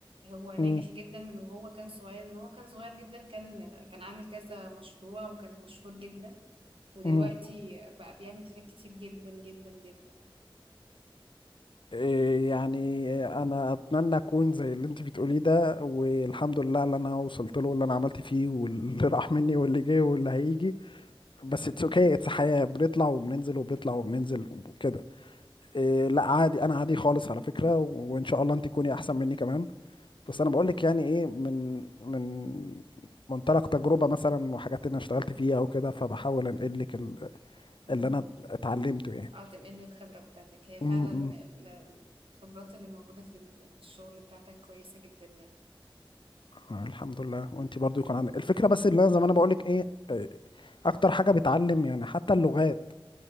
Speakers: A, on the right; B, on the left.
A: هو ناجح
B: امم
A: جدا من وهو كان صغير من وهو كان صغير جدا كان كان عامل كذا مشروع وكان مشهور جدا ودلوقتي
B: امم
A: بقى بيعمل حاجات كتير جدا جدا جدا
B: إيه يعني انا اتمنى اكون زي اللي انت بتقوليه ده والحمد لله اللي انا وصلت له واللي انا عملت فيه واللي <laughs> راح مني واللي جه واللي هيجي بس اتس اوكي اتس حياة بنطلع وبننزل وبنطلع وبننزل وكده إيه لا عادي انا عادي خالص على فكرة وان شاء الله انت تكوني احسن مني كمان بس انا بقول لك يعني ايه من من منطلق تجربه مثلا وحاجات انا اشتغلت فيها وكده فبحاول انقل لك ال-
A: مم.
B: اللي انا اتعلمته يعني
A: اه تنقل الخبرة بتاعتك هي فعلا
B: امم
A: ال- الخبرات اللي موجودة في ال- في الشغل بتاعتك كويسة جدا يعني
B: الحمد لله وانت برضو يكون عندك الفكره بس اللي انا زي ما انا بقول لك ايه آه، اكتر حاجه بتعلم يعني حتى اللغات